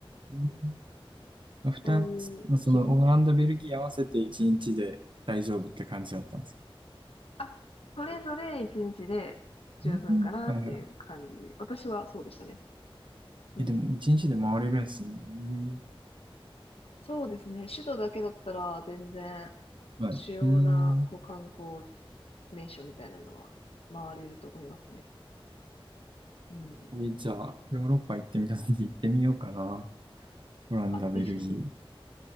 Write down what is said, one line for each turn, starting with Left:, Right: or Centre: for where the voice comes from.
Right: うんふたつ、
Left: そういう規模。
Right: そのオランダ、ベルギー合わせて一日で大丈夫って感じだったんですか
Left: あ、それぞれ一日で十分かなっていう感じ。
Right: うんはいはい。
Left: 私はそうでしたね。うん。
Right: え、でも一日で回れるんですね。え
Left: そうですね。首都だけだったら全然
Right: えはい。
Left: 主要なこう観光
Right: うん。
Left: 名所みたいなのは回れると思いますね。うん。
Right: え、じゃあ、ヨーロッパ行ってみたとき行ってみようかな。オランダ、
Left: あ、
Right: ベルギー。
Left: ぜひ、